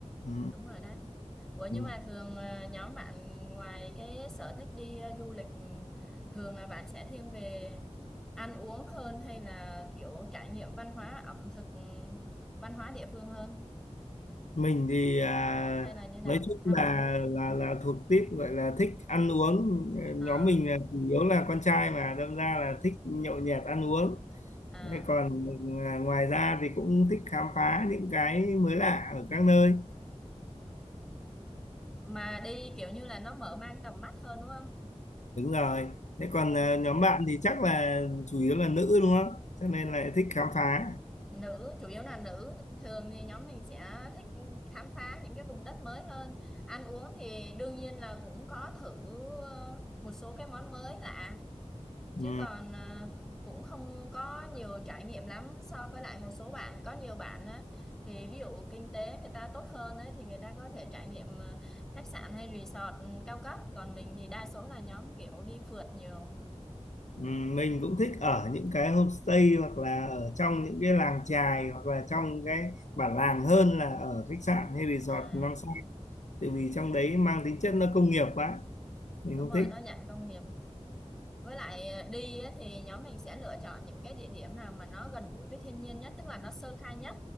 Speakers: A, on the left; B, in the centre.
A: ừ.
B: đúng rồi đấy ủa nhưng
A: Ừ.
B: mà thường ờ, nhóm bạn ngoài cái sở thích đi ờ, du lịch ừ, thường là bạn sẽ thiên về ăn uống hơn hay là kiểu trải nghiệm văn hóa ẩm thực ừ, văn hóa địa phương hơn
A: mình thì à,
B: hay là như nào
A: nói chung
B: thăm
A: là
B: thú
A: là là thuộc típ gọi là thích ăn uống nhóm
B: à
A: mình là chủ yếu là con trai mà đâm ra là thích nhậu nhẹt ăn uống
B: à
A: Thế còn à, ngoài ra thì cũng thích khám phá những cái mới lạ ở các nơi
B: mà đi kiểu như là nó mở mang tầm mắt hơn đúng không
A: đúng rồi thế còn
B: ừ
A: ờ, nhóm bạn thì chắc là chủ yếu là nữ đúng không cho nên là thích khám phá
B: nữ chủ yếu là nữ thường thì nhóm mình sẽ thích khám phá những cái vùng đất mới hơn ăn uống thì đương nhiên là cũng có thử ờ, một số cái món mới lạ chứ
A: ừ.
B: còn ờ, cũng không có nhiều trải nghiệm lắm so với lại một số bạn có nhiều bạn á thì ví dụ kinh tế người ta tốt hơn ấy thì người ta có thể trải nghiệm ờ, khách sạn hay resort ừ, cao cấp còn mình thì đa số là nhóm kiểu đi phượt nhiều
A: Ừ, mình cũng thích ở những cái homestay hoặc là ở trong những cái làng chài hoặc là trong cái bản làng hơn là ở khách sạn hay resort
B: à
A: năm sao tại vì trong đấy mang tính chất nó công nghiệp quá mình
B: đúng
A: không
B: rồi
A: thích
B: nó dạng công nghiệp Với lại ờ, đi á, thì nhóm mình sẽ lựa chọn những cái địa điểm nào mà nó gần gũi với thiên nhiên nhất, tức là nó sơ khai nhất.